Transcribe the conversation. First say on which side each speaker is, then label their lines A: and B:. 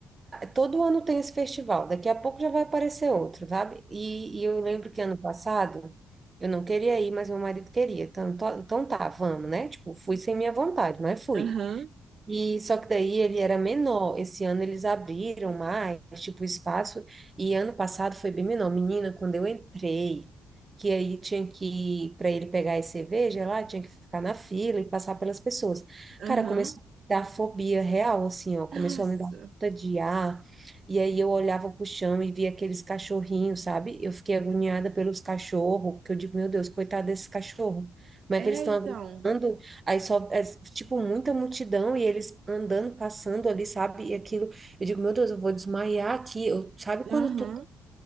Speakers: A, on the right; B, on the right.
A: todo ano tem esse festival, daqui a pouco já vai aparecer outro, sabe? E, e eu lembro que ano passado eu não queria ir, mas meu marido queria. Então, to- então tá, vamos, né? Tipo, fui sem minha vontade, mas fui.
B: Aham,
A: E só que daí ele era menor. Esse ano eles abriram mais, tipo, o espaço. E ano passado foi bem menor. Menina, quando eu entrei, que aí tinha que, para ele pegar as cerveja lá, tinha que ficar na fila e passar pelas pessoas.
B: aham.
A: Cara, começou a me dar fobia real, assim, ó. Começou
B: Nossa.
A: a me dar falta de ar. E aí eu olhava pro chão e via aqueles cachorrinhos, sabe? Eu fiquei agoniada pelos cachorros, porque eu digo, meu Deus, coitado desses cachorros. Como
B: É,
A: é que eles estão
B: então.
A: aguentando? Aí só, é, tipo, muita multidão e eles andando, passando ali, sabe? E aquilo, eu digo, meu Deus, eu vou desmaiar aqui. Eu, sabe quando
B: Aham.
A: tu.